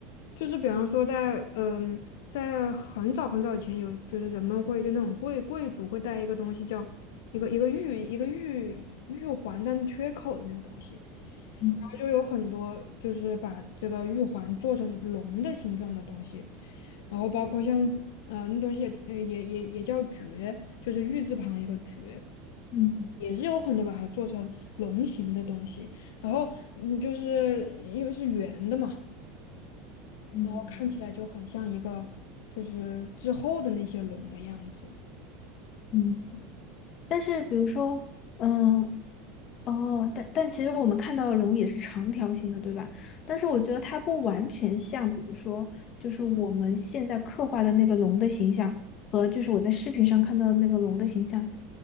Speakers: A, on the left; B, on the left.
A: 就是比方说在，嗯，在很早很早以前有，就是人们会就那种贵贵族会带一个东西叫一个一个玉一个玉玉环，但缺口的那个东西。
B: 嗯
A: 就有很多就是把这个玉环做成龙的形状的东西，然后包括像呃那东西也呃也也也叫珏，就是玉字旁一个珏，
B: 嗯
A: 也是有很多把它做成龙形的东西。然后嗯，就是因为是圆的嘛，
B: 嗯
A: 然后看起来就很像一个就是之后的那些龙的样子。
B: 嗯。但是比如说，嗯。哦，但但其实我们看到的龙也是长条形的，对吧？但是我觉得它不完全像，比如说，就是我们现在刻画的那个龙的形象和就是我在视频上看到的那个龙的形象，